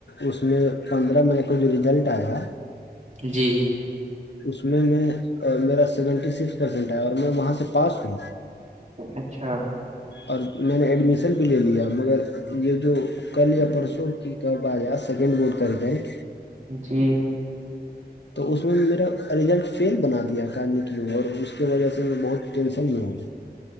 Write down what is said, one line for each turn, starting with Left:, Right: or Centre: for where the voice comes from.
Left: اس میں پندرہ مئی کو جو رزلٹ آیا
Right: جی
Left: اس میں میں میرا سیونٹی سکس پرسینٹ آیا اور میں وہاں سے پاس ہوئی
Right: اچھا
Left: اور میں نے ایڈمیشن بھی لے لیا مگر یہ جو کر لیا پرسوں کی کب آیاس سیکنڈ بورڈ کر د
Right: جی
Left: تو اس میں میرا رزلٹ فیل بنا دیا کمی کیی اور اس کی وجہ سے میں بہت ٹینشن نہ ہو